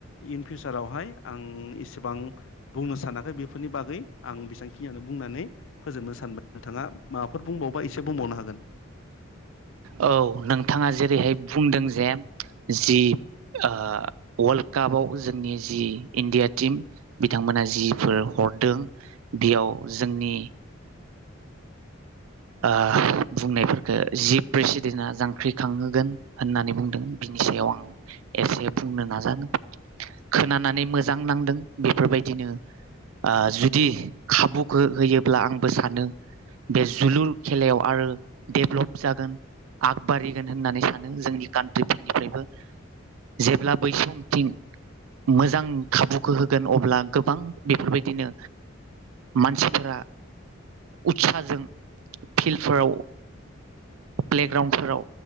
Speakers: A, on the left (about 65°); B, on the right (about 80°).
A: इन फिउचारावहाय आं एसेबां बुंनो साना खै बेफोरनि बागै आं बेसांखि बेखिनियावनो बुंनानै फोजोबनो सानबाय। नोंथाङा माबाफोर बुंबावबा एसे बुंबावनो हागोन।
B: औ नोंथाङा जेरैहाय बुंदों जे जि ओ वर्ल्ड कापआव जोंनि जि इण्डिया टिम बिथांमोना जिफोर हरदों बेयाव जोंनि ओ बुंनायफोरखौ जि प्रेसिडेन्टआ जांख्रिखांहोगोन होननानै बुंदों बिनि सायाव आं एसे बुंनो नाजादों। खोनानानै मोजां नांदों बे बेफोरबायदिनो ओ जुदि खाबु गो होयोब्ला आंबो सानो बेस जोलुर खेलायाव आरो डेभलप जागोन आगबारिगोन होननानै सानो जोंनि कान्ट्रिफोरनिफ्रायबो। जेब्ला बै समथिं मोजां खाबुखो होगोन अब्ला गोबां बेफोरबायदिनो मानसिफोरा उत्साजों फिल्फोराव प्लेग्राउन्डफोराव